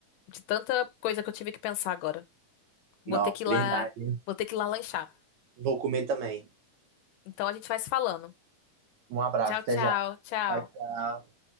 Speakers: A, on the left; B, on the right.
A: de tanta coisa que eu tive que pensar agora. Vou
B: Não,
A: ter que ir
B: verdade.
A: lá, vou ter que ir lá lanchar.
B: Vou comer também.
A: Então a gente vai se falando.
B: Um abraço,
A: Tchau,
B: até
A: tchau,
B: já.
A: tchau.
B: Tchau, tchau.